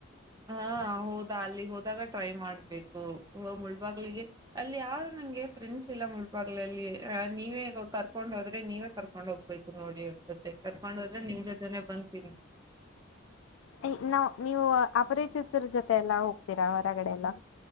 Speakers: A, on the right; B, on the left.
A: ಹಾ ಹೋದಾ ಅಲ್ಲಿಗ್ ಹೋದಾಗ ಟ್ರೈ ಮಾಡ್ಬೇಕು ಹೊ ಮುಳ್ಬಾಗ್ಲಿಗೆ ಅಲ್ಲಿ ಯಾರು ನಂಗೆ ಫ್ರೆಂಡ್ಸ್ ಇಲ್ಲ ಮುಳ್ಬಾಗ್ಲಲ್ಲಿ ಅ ನೀವೇ ಕರ್ಕೊಂಡ್ ಹೋದ್ರೆ ನೀವೇ ಕರ್ಕೊಂಡ್ ಹೋಗ್ಬೇಕು ನೋಡಿ ಒಂದಸತೆ ಕರ್ಕೊಂಡ್ ಹೋದ್ರೆ ನಿಮ್ ಜೊತೇನೆ ಬಂದ ತಿನ್ನಿ
B: ಏ ನಾವ್ ನೀವು ಅಪರಿಚಿತರ ಜೊತೆ ಎಲ್ಲಾ ಹೋಗ್ತೀರಾ ಹೊರಗಡೆ ಎಲ್ಲಾ